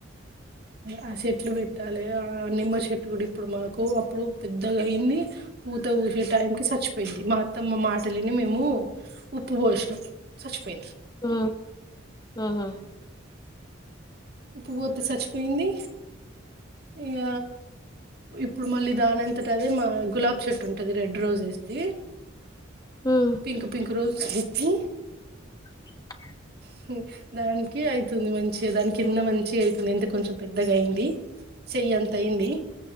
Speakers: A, on the right; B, on the left.
A: ఆ చెెట్లు విట్టాలే అ నిమ్మ చెట్టు కూడా ఇప్పుడు మాకు అప్పుడు పెద్దగా అయింది పూత పూసే టైం కి చచ్చిపోయింది తమ మాటలిని మేము ఉప్పు పోషినం చచ్చిపోఇంది
B: ఉ ఉహు
A: ఉప్పు పోతే చచ్చిపోయింది ఇగ ఇప్పుడు మళ్ళీ దానంతట అదే మా గులాబ్ చెట్టు ఉంటది red roses the
B: uh
A: pink pink rose తి
B: అ
A: హు మ్ దానికి అవుతుంది మంచిగా దానికింద మంచిగా అవుతుంది ఇంత కొంచెం పెద్దగా అయింది చెయ్య అంత ఇంది